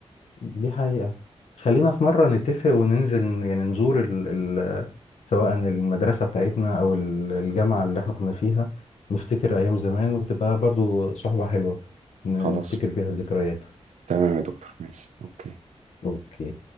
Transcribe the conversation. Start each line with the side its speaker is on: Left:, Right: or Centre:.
Left: دي حقيقة خلينا في مرة نتفق وننزل يعني نزور ال ال سواء المدرسة بتاعتنا أو ال- الجامعة اللي احنا كنا فيها نفتكر أيام زمان وتبقى برضو صحبة حلوة ن-
Right: خلاص
Left: نفتكر بيها الذكريات
Right: تمام يا دكتور ماشي اوكي
Left: اوكي